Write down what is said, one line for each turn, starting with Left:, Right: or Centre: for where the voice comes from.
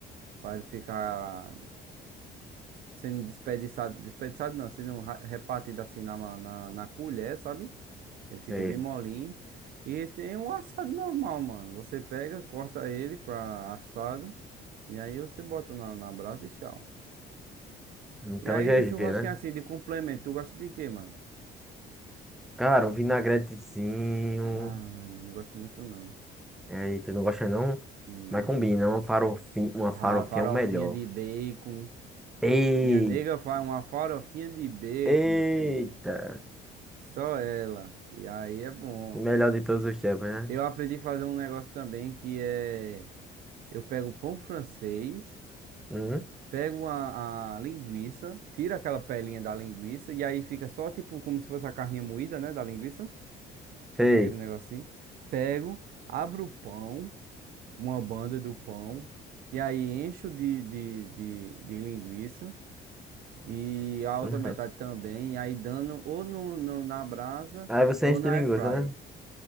Right: para ele ficar sendo desperdiçado, desperdiçado não, sendo ra- repartido assim na, ma- na, na colher, sabe? Ele fica
Centre: Sei.
Right: bem molinho. E tem um assado normal, mano. Você pega, corta ele pra assado e aí você bota na, na brasa e tchau.
Centre: Então,
Right: E aí,
Centre: GG,
Right: do churrasquinho
Centre: né?
Right: assim, de complemento, tu gosta de quê, mano?
Centre: Cara, um vinagretezinho.
Right: Ai, não gosto muito não.
Centre: É, Eita, não gosta não?
Right: Não.
Centre: Mas combina, uma farofinha, uma farofinha
Right: Ah, farofinha
Centre: é o melhor.
Right: de bacon.
Centre: Ei,
Right: Minha nega faz uma farofinha de bacon,
Centre: eita!
Right: meu filho. Só ela. E aí é bom.
Centre: O melhor de todos os tempos, né?
Right: Eu aprendi a fazer um negócio também que é. Eu pego o pão francês,
Centre: Uhum.
Right: pego a, a linguiça, tiro aquela pelinha da linguiça, e aí fica só tipo como se fosse a carninha moída, né? Da linguiça.
Centre: Sei.
Right: Aquele negocinho. Pego, abro o pão. uma banda do pão, e aí encho de, de, de, de linguiça e a outra
Centre: Uhum.
Right: metade também, e aí dando ou no, no- na brasa
Centre: Aí você
Right: ou
Centre: enche
Right: na
Centre: de linguiça,
Right: air fry.
Centre: né?